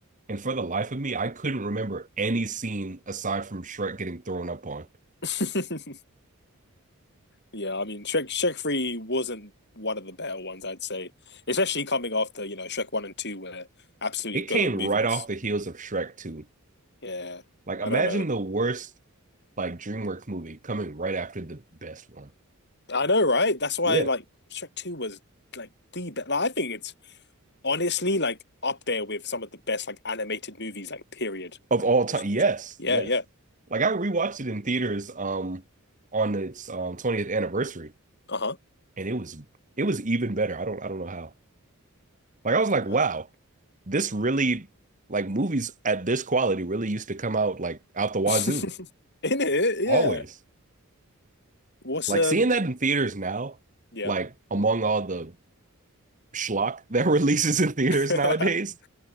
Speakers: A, on the right; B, on the left.
A: And for the life of me, I couldn't remember any scene aside from Shrek getting thrown up on.
B: <laughs> Yeah, I mean, Shrek Shrek 3 wasn't one of the better ones, I'd say. Especially coming after, you know, Shrek 1 and 2 were absolutely
A: It
B: goated
A: came
B: movies.
A: right off the heels of Shrek 2.
B: Yeah,
A: Like imagine
B: I don't know.
A: the worst like DreamWorks movie coming right after the best one.
B: I know, right? That's why,
A: Yeah.
B: like, Shrek 2 was, like, the best. Like, I think it's honestly, like, up there with some of the best, like, animated movies, like, period.
A: Of
B: Like,
A: all time,
B: just
A: yes,
B: in general. Yeah,
A: yes.
B: yeah.
A: Like I rewatched it in theaters um on its um 20th anniversary,
B: Uh-huh.
A: and it was it was even better. I don't I don't know how. Like I was like,
B: Man.
A: wow, this really like movies at this quality really used to come out like out the wazoo
B: <laughs> In it, yeah.
A: always.
B: What's,
A: Like
B: um,
A: seeing that in theaters now,
B: yeah.
A: like among all the schlock that <laughs> releases in theaters
B: <laughs>
A: nowadays,